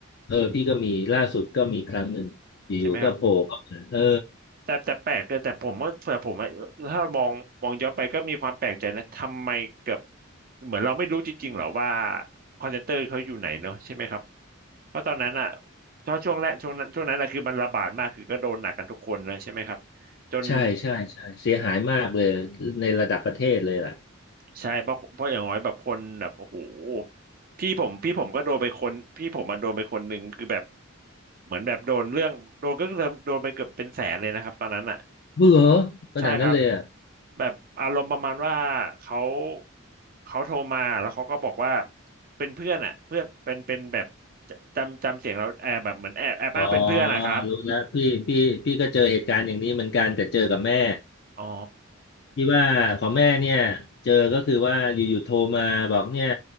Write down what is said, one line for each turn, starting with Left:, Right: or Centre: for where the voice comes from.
Left: เออพี่ก็มีล่าสุดก็มีครั้งหนึ่งอยู่ๆก็โผล่เข้ามาเออ
Right: ใช่ไหมครับ แต่แต่แปลกเลยแต่ผมก็เผื่ผมอะถ้ามองมองย้อนไปก็มีความแปลกใจนะทำไมเกือบเหมือนเราไม่รู้จริงๆหรอว่าคอนเซนเตอร์เขาอยู่ไหนเนาะใช่ไหมครับเพราะตอนนั้นอ่ะเพรางช่วงแรกช่วงนั้นช่วงนั้นอะคือมันระบาดมากคือก็โดนหนักกันทุกคนเลยใช่ไหมครับจน
Left: ใช่ใช่ใช่เสียหายมากเลยในระดับประเทศเลยล่ะ
Right: ใช่เพราะเพราะอย่างน้อยแบบคนแบบโอ้โหพี่ผมพี่ผมก็โดนไปคนพี่ผมมันโดนไปคนหนึ่งคือแบบเหมือนแบบโดนเรื่องโดนก็โดนโดนไปเกือบเป็นแสนเลยนะครับตอนนั้นอ่ะ
Left: บุเหรอขนาดนั้นเลยอะ
Right: ใช่ครับแบบอารมณ์ประมาณว่าเขาเขาโทรมาแล้วเขาก็บอกว่าเป็นเพื่อนอ่ะเพื่อนเป็นเป็นแบบจำจำเสียงเราแอบแบบเหมือนแอบแอบอ้างเป็นเพื่อนนะครับ
Left: อ๋อรู้แล้วพี่พี่พี่ก็เจอเหตุการณ์อย่างนี้เหมือนกันแต่เจอกับแม่
Right: อ๋อ
Left: ที่ว่าของแม่เนี่ยเจอก็คือว่าอยู่ๆโทรมาบอกเนี่ย